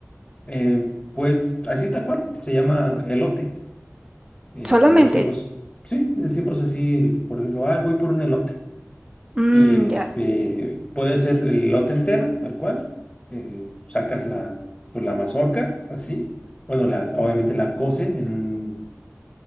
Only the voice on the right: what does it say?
Solamente.
mm,
ya.